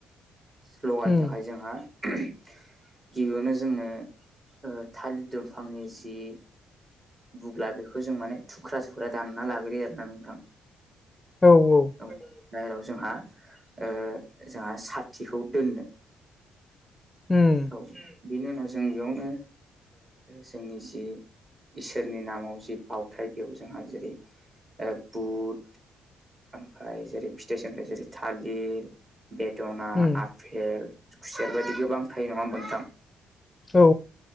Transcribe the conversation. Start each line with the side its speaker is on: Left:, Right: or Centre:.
Right: स्लगानि
Left: उम
Right: थाखाय जोंहा गिबियावनो जोंनो ओ थालिर दंफांनि जि बुगब्ला बेखौ जों माने थुख्रा थुख्रा दानना लाग्रोयो आर ना नोंथां?
Left: औ औ
Right: औ बाहेराव जोंहा जोंहा साथिखौ दोननो
Left: उम
Right: औ बेनि उनाव जों बेयावनो जोंनि जि इसोरनि नामाव जि बावथाय बेयाव जोंहा जेरै ओ बुध ओमफ्राय जेरै फिथाइ सामथाइ जेरै थालिर बेदना
Left: उम
Right: आफपेल खुसेर बायदि गोबां थायो नङा होनबा नोंथां?
Left: औ